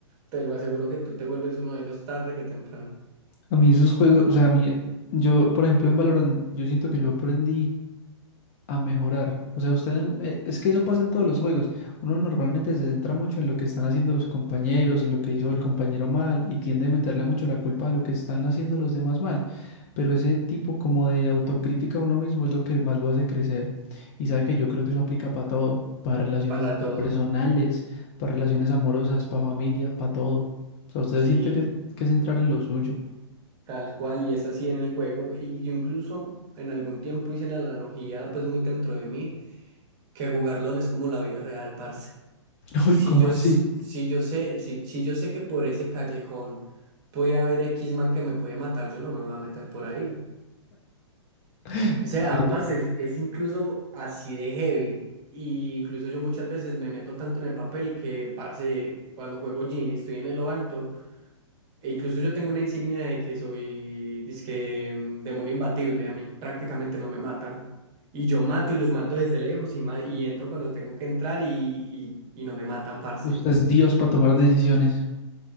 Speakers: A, on the right; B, on the left.
A: Te lo aseguro que tú te vuelves uno de ellos tarde que temprano.
B: A mí esos juegos, o sea, a mí, yo, por ejemplo, en Valorant, yo siento que yo aprendí. a mejorar. O sea, usted, en- eh, es que eso pasa en todos los juegos. Uno normalmente se centra mucho en lo que están haciendo los compañeros, en lo que hizo el compañero mal y tiende a meterle mucho la culpa a lo que están haciendo los demás mal. Pero ese tipo como de autocrítica a uno mismo es lo que más lo hace crecer. Y sabe que yo creo que eso aplica para todo, para relaciones
A: Para
B: interpersonales,
A: todo,
B: para relaciones amorosas, para familia, para todo. O sea, usted
A: sí,
B: siente que, que es entrar en lo suyo.
A: tal cual, y es así en el juego. Y yo incluso en algún tiempo hice la analogía, pues muy dentro de mí, que jugar LOL es como la vida real, parce.
B: <laughs>
A: Si
B: Uy, ¿cómo
A: yo,
B: así?
A: s- si yo sé, si, si yo sé que por ese callejón puede haber X man que me puede matar, yo no me voy a meter por ahí.
B: <laughs> Es
A: O sea,
B: verdad.
A: parce, es, es incluso así de heavy. Y incluso yo muchas veces me meto tanto en el papel que, parce, cuando juego Genie estoy en lo alto. E incluso yo tengo una insignia de que soy, dizque, mm, demonio imbatible. A mí prácticamente no me matan. Y yo mato y los mato desde lejos y, ma- y entro cuando tengo que entrar y, y, y no me matan, parce.
B: Usted es Dios para tomar decisiones.